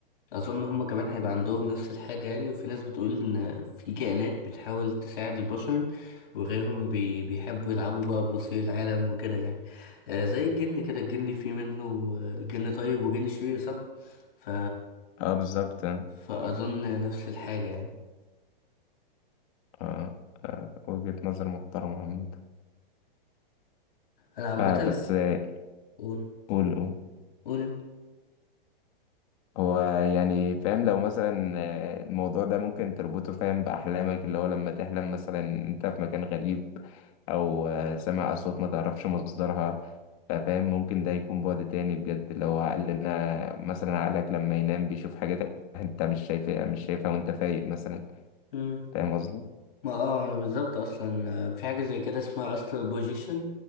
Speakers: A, on the left (about 70°); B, on the left (about 35°).
A: اظن هما كمان هيبقى عندهم نفس الحاجة يعني وفي ناس بتقول ان في كائنات بتحاول تساعد البشر وغيرهم بي بيحبوا يلعبوا بقى بمصير العالم وكده يعني آه زي الجن كده الجن في منه آه، جن طيب وجن شرير صح ف
B: اه بالظبط
A: فأظن نفس الحاجة يعني
B: آه. آه. وجهة نظر محترمة عامة
A: أنا عامة
B: آه بس آه،
A: قول
B: قول قول
A: قول أنت.
B: هو يعني فاهم لو مثلا آه، الموضوع ده ممكن تربطه فاهم بأحلامك اللي هو لما تحلم مثلا أنت في مكان غريب أو آه، سامع أصوات ما تعرفش مصدرها فاهم ممكن ده يكون بعد تاني بجد لو عقلنا مثلا عقلك لما ينام بيشوف حاجات أنت مش شايفها مش شايفها وأنت فايق مثلا
A: مم.
B: فاهم قصدي؟
A: ما اه أنا بالظبط أصلا آه، في حاجة زي كده اسمها أسترال بروجيكشن